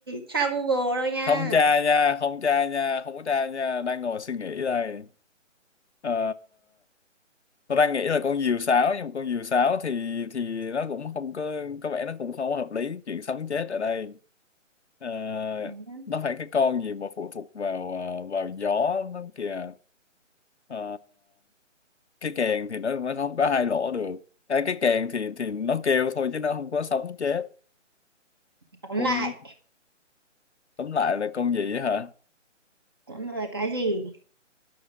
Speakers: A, on the right; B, on the left.
A: sao Google đâu nha
B: không tra nha không tra nha không có tra nha đang ngồi suy nghĩ đây Ờ, tôi đang nghĩ là con diều sáo nhưng mà con diều sáo thì thì nó cũng không có có vẻ nó cũng không có hợp lý chuyện sống chết ở đây Ờ,
A: Ừm,
B: nó phải cái con gì mà phụ thuộc vào ờ, vào gió nó kìa Ờ, cái kèn thì nó nó không có hai lỗ được à, cái kèn thì thì nó kêu thôi chứ nó không có sống chết
A: tóm
B: con
A: lại
B: tóm lại là con gì á hả
A: tóm lại là cái gì